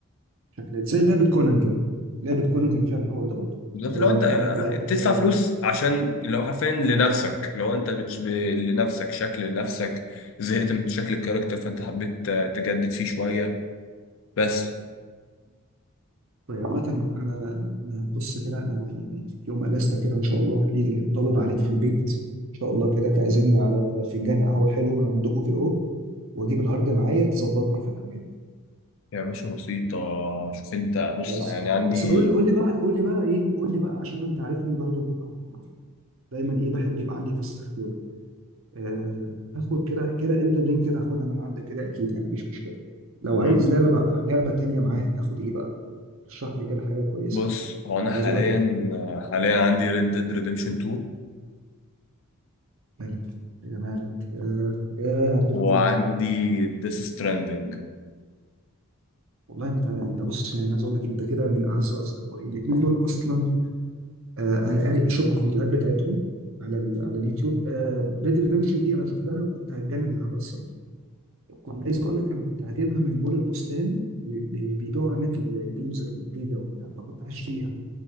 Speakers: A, on the right (about 65°); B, on the left (about 60°).
A: شكلها زي لعبه كونان كده لعبه كونان كان فيها الحوار ده برضه
B: بالظبط
A: اللي
B: لو
A: هو
B: انت
A: لو انت لعبت
B: بتدفع
A: في لعبه
B: فلوس
A: كونان
B: عشان اللي هو حرفيا لنفسك لو انت بتش... ب... لنفسك شكل لنفسك زهقت من شكل الكاركتر فانت حبيت تجدد فيه شوية بس
A: طيب عامة أنا أنا بص كده أنا يعني يوم أجازتك كده إن شاء الله هتلاقيني جاي طالب عليك في البيت إن شاء الله كده تعزمني على فنجان قهوة حلو من عندكم كده أهو وأجيب الهارد معايا تظبطني في الحاجات دي.
B: يا باشا بسيطة شوف انت بص
A: بس
B: يعني عندي
A: بس قول قول لي بقى قول لي بقى إيه قول لي بقى عشان أنت عارفني برضو أنا دايما إيه بحب يبقى عندي كذا اختيار أه هاخد كده كده إلدن رينج كده هاخدها من عندك كده أكيد يعني مفيش مشكلة لو عايز
B: مم.
A: لعبة مع- لعبة تانية معاها آخد إيه بقى؟ رشح لي كده حاجة كويسة
B: بص هو انا
A: على
B: حاليا
A: ذوقك أنت
B: حاليا عندي ريد ديد ريديمشن 2
A: مالك يا جمالك يا يا عبد
B: وعندي
A: الرحمن
B: ديس ستراندنج
A: والله انت انت بص يعني عايز اقول لك انت كده من اعز اصدقائي الاثنين دول اصلا آه انا قاري شوف الفيديوهات بتاعتهم على ال على اليوتيوب ريد آه ريدمشن دي انا شفتها وكنت هتجنن لعبها الصراحه كنت عايز اقول لك انا كنت هجيبها من مول البستان بي- بي- بيبيعوا هناك ال- الجيمز بالجيجا وبتاع فكنت هشتريها